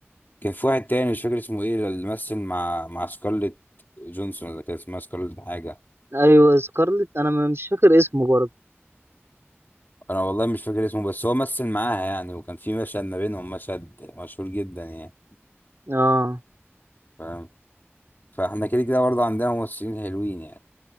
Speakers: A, on the left; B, on the right.
A: كان في واحد تاني مش فاكر اسمه ايه اللي مثل مع مع سكارليت جونسون ولا كان اسمها سكارليت حاجة
B: ايوه سكارلت انا م- مش فاكر اسمه برضه
A: انا والله مش فاكر اسمه بس هو مثل معاها يعني وكان في مشهد ما بينهم مشهد مشهور جدا يعني
B: اه
A: فاهم فاحنا كده كده برضه عندنا ممثلين حلوين يعني